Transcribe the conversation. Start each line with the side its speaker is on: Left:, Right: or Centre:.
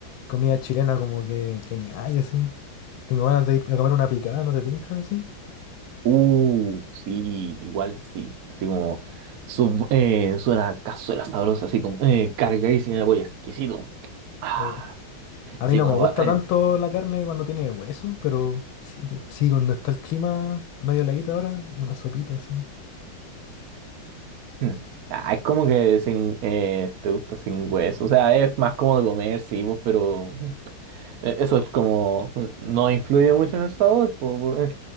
Left: comida chilena como que, que ni hay así. Tengo ganas de ir a comer una picada, ¿no te tinca así?
Right: Uh, sí, igual sí. Así como su, eh, suena a cazuela sabrosa, así como eh, cargadísima de pollo, exquisito. Ah,
Left: O, a
Right: así
Left: mí no
Right: como
Left: me gusta
Right: va. eh,
Left: tanto la carne cuando tiene hueso, pero sí, te- sí, cuando está el clima medio heladito ahora, una sopita así.
Right: mm. Ah, es como que sin, eh, te gusta sin hueso. O sea, es más cómodo comer, sí, pues, pero eh, eso es como. No influye mucho en el sabor, pues. pues,